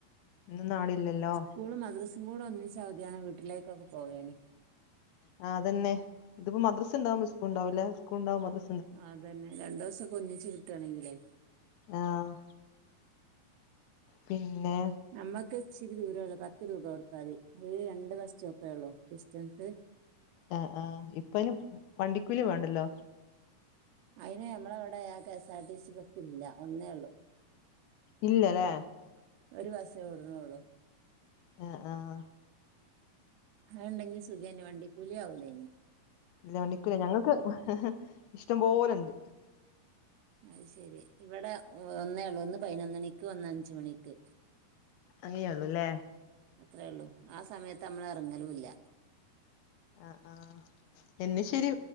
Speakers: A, on the left; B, on the right.
A: ഇന്നാളില്ലല്ലോ?
B: സ്കൂളും മദ്രസും കൂടെ ഒന്നിച്ച് അവധിയാണേ വീട്ടിലേക്കൊക്കെ പോകെനി.
A: ആഹ് അതനെ ഇതിപ്പോ മദ്രസ ഇണ്ടാവുമ്പോ സ്കൂൾ ഉണ്ടാവുല്ല സ്കൂൾണ്ടാവുമ്പോ മദ്രസ
B: അതന്നെ രണ്ടുസൊക്കെ ഒന്നിച്ച് കിട്ടേണെങ്കിലേ
A: ആഹ് പിനെ
B: നമ്മക്ക് ഇച്ചിരി ദൂരൊള്ളൂ പത്ത് രൂപ കൊടുത്താതി അയ് രണ്ട് ബസ് സ്റ്റോപ്പേ ഒള്ളൂ ഡിസ്റ്റൻസ്.
A: ആ ആ ഇപ്പ അയ്ന് വണ്ടിക്കൂലി വേണ്ടല്ലോ.
B: അയ്ന് നമ്മളെ ഇവടെ ആ കെ സാർ റ്റി സി ബെസ്സില്ല ഒന്നേഒള്ളൂ.
A: ഇല്ല ലെ
B: ഒരു ബസ്സേ ഓട്ണൊള്ളൂ.
A: ആ ആഹ
B: ആത്ണ്ടെങ്കി സുഖേനി വണ്ടി കൂലി അവൂലേനി
A: ഇല്ല വണ്ടിക്കൂലി ഞങ്ങക്ക് ഇഷ്ടം പോലെ ഉണ്ട്
B: അത് ശെരി ഇവിടെ ഒന്നേ ഒള്ളൂ ഒന്ന് പയ്നൊന്നണിക്ക് ഒന്ന് അഞ്ചു മണിക്ക്.
A: അങ്ങെയൊള്ളൂ ല്ലേ.
B: അത്രേള്ളൂ ആ സമയത്ത് നമ്മള് എറങ്ങലൂല്ല
A: ആഹ് ആഹ് എന്ന് ശരി